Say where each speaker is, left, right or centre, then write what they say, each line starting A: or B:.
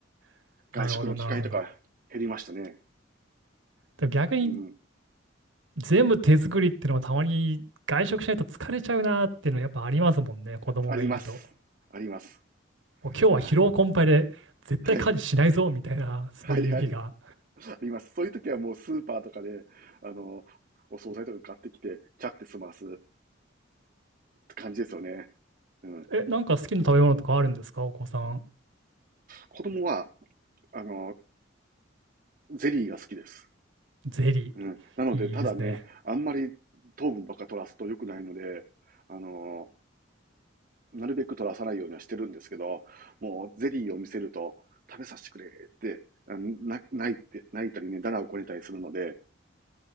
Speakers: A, on the right; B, on the right.
A: <laughs>
B: 外食の機会とか減りましたね。
A: なるほど、なるほど。でも逆に
B: うん。
A: 全部手作りってのはたまに外食しないと疲れちゃうなーっていうのやっぱありますもんね、子供がいると。
B: あります。あります。
A: もう今日は疲労困憊で絶対家事しないぞみたいな、
B: はい。はい。
A: そういう日が。
B: はいはい。あります。そういう時はもうスーパーとかで、あの、お惣菜とか買ってきて、ちゃって済ますって感じですよね。うん。
A: え、なんか好きな食べ物とかあるんですか、お子さん。
B: 子供は、あの、ゼリーが好きです。
A: ゼリ
B: うん。なので、
A: ー。いいですね。
B: ただね、あんまり糖分ばっか取らすと良くないので、あのなるべく取らさないようにはしてるんですけど、もうゼリーを見せると、食べさせてくれって、あな、泣いて、泣いたりね、だらをこねたりするので、